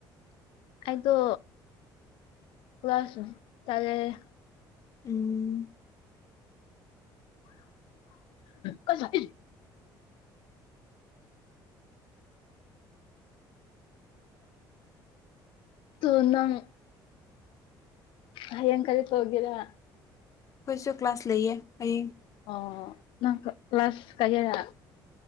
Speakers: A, on the left; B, on the left.
A: ꯑꯩꯗꯣ ꯀ꯭ꯂꯥꯁ ꯇꯒꯦ
B: ꯎꯝ
A: ꯀꯁꯥꯏ ꯍꯥꯏ ꯇꯨ ꯅꯪ ꯍꯌꯦꯡ ꯀꯔꯤ ꯇꯧꯒꯦꯔ
B: ꯑꯩꯈꯣꯏꯁꯨ ꯀ꯭ꯂꯥꯁ ꯂꯩꯌꯦ ꯍꯌꯦꯡ
A: ꯑꯣ ꯅꯪ ꯀ꯭ꯂꯥꯁ ꯀꯌꯥꯔꯥ